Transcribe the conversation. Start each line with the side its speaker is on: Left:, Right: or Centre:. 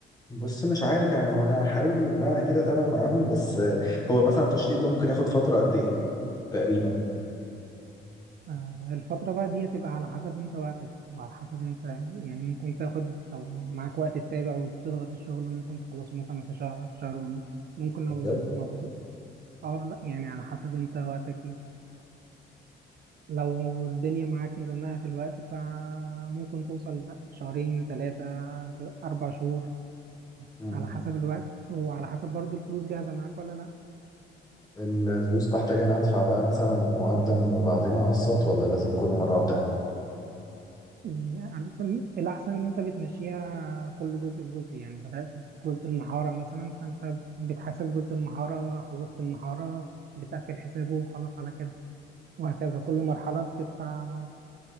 Left: بص مش عارف يعني هو انا هحاول ان انا اكيد اتابع معاهم بس آه، هو مثلا التشطيب ده ممكن ياخد فتره قد ايه تقريبا
Right: آه الفترة بقى دي هتبقى على حسب انت وقتك وعلى حسب انت يعني ممكن تاخد لو معاك وقت تتابع وتضغط الشغل ممكن تخلصه مثلا في شهر في شهر ونص ممكن لو
Left: بجد
Right: الموضوع اه لا يعني على حسب انت وقتك ايه لو الدنيا معاك مزنقة في الوقت فممكن توصل بقى شهرين ثلاثة أربع شهور
Left: مم.
Right: على حسب الوقت وعلى حسب برضو الفلوس جاهزة معاك ولا لا
Left: الفلوس بحتاج
Right: ف
Left: ان أنا ادفع بقى مثلا مقدم وبعدين اقسط ولا لازم كل مره واحده
Right: يعني أنت- الأحسن إن أنت بتمشيها كل جزء بجزء يعني بدأت بجزء المحارة مثلا فأنت بتحاسب جزء المحارة خلصت المحارة بتقفل حسابه وخلاص على كده وهكذا كل مرحلة بتدفع